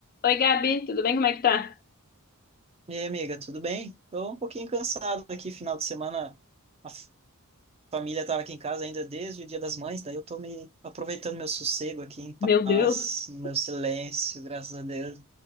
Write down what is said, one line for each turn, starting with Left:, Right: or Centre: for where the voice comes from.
Left: Oi, Gabi, tudo bem? Como é que tá?
Right: E aí, amiga, tudo bem? Tô um pouquinho cansado aqui, final de semana. A f- família tava aqui em casa ainda desde o Dia das Mães, daí eu tô me aproveitando meu sossego aqui em
Left: Meu
Right: paz,
Left: Deus,
Right: no meu silêncio, graças a Deus.